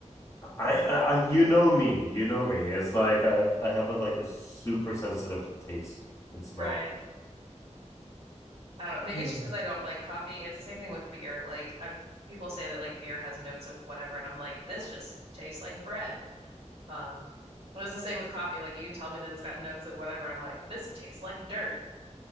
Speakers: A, on the left; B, on the right.
A: I, I, you know me, you know me. It's like I, I have a like a super sensitive taste and smell.
B: Right. I don't know. Maybe
A: Mm.
B: it's just because I don't like coffee. It's the same thing with beer. Like I, people say that like beer has notes of whatever, and I'm like, this just tastes like bread. Um, it was the same with coffee. Like you can tell me that it's got notes of whatever. I'm like, this tastes like dirt.